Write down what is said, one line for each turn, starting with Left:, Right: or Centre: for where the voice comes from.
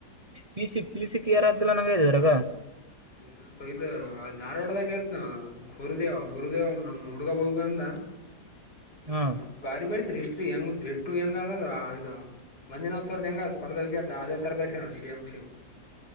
Right: ಪಿ ಸಿ ಪಿಸಿ ಕ್ಲಿಯರ್ ಆಗ್ತಿಲ್ಲ ನಂಗ ಇದಾರಗ
Left: ಏನ ಇದು ಧಾರವಾಡದಾಗತ್ನ ಗುರುದೇವ ಗುರುದೇವ್ ನಮ್ಮ್ ಹುಡ್ಗ ಬೋಗ ಅಂದ
Right: <inaudible>
Left: ಏ
Right: ಹಾ
Left: ನೋಡ್ ಬಾರಿ ಬಸರಿ ಹಷ್ಟ್ಟ್ರಿ ಹೆಂಗ್ ಟ್ಟು ಹೆಂಗ್ ಅದದ ಇ ಮಂಜನ ಸ್ವರ್ಧ ಎಂಗ ಸ್ಪರ್ಧಾ ವಿಜೆತ ಆದೆ ತಾರ ಬರ್ಷ ಶೇಮ ಶೇಮ